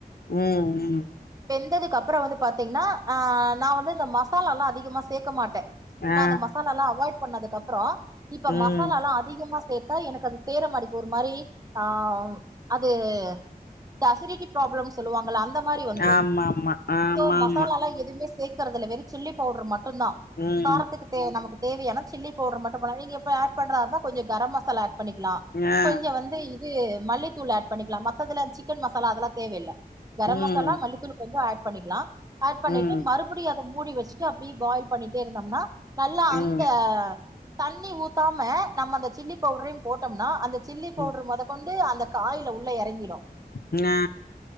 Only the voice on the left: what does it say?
ம் ம்
ஆ
ம்
ஆமாமா ஆமாமா
ம்
ஆ
ம்
ம்
ம்
ம்
ஆ